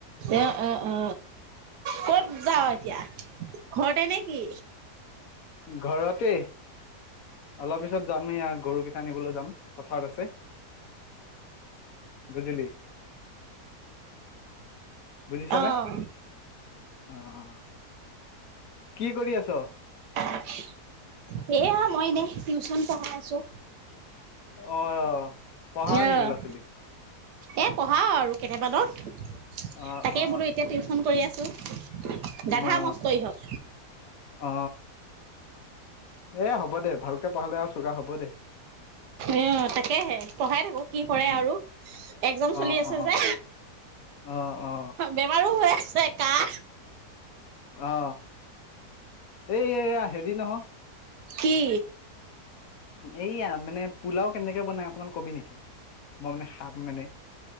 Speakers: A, on the right (about 85°); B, on the left (about 65°).
A: এ অ অ ক'ত যাও এতিয়া ঘৰতে নে? কি?
B: ঘৰতে অলপ পিছত যাম ই গৰুকেইটা আনিবলৈ। যাম পথাৰত আছে বুজিলি বুজিছনে
A: আহ
B: অ অ কি কৰি আছ
A: <inaudible> সেয়া মই দে টিউচন পঢ়াই আছো
B: অ পঢ়া
A: অ'।
B: নেকি ল'ৰা ছোৱালী
A: এ পঢ়া আৰু কেনোমানত তাকেই
B: অ অ
A: বোলো এতিয়া টিউশন কৰি আছো গাধা
B: অ
A: মস্ত ইহঁত
B: অ এ হ'ব দে ভালকে পাহালে আৰু চগা হ'ব দে
A: এ অ তাকেহে পঢ়াই থাকো কি কৰে
B: উম
A: আৰু একজাম চলি
B: অ
A: আছে
B: অ
A: যে
B: অ অ
A: বেমাৰো হয়। চে কাহ
B: অ এই এয়া হেৰি নহয়।
A: কি?
B: এইয়া মানে পোলাও কেনেকে বনাই অকনমান কবি নেকি মই মানে খাম মানে